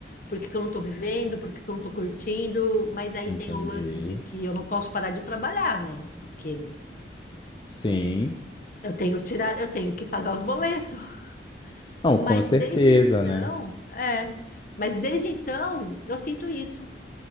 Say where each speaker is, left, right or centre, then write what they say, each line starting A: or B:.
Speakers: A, on the left; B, on the left.
A: Por que que eu não estou vivendo? Por que que eu não estou curtindo? Mas aí
B: Entendi.
A: tem o lance de que eu não posso parar de trabalhar, né? Porque
B: Sim.
A: eu tenho que tirar, eu tenho que pagar os boletos.
B: Não,
A: Mas
B: com certeza,
A: desde então,
B: né?
A: é, mas desde então eu sinto isso.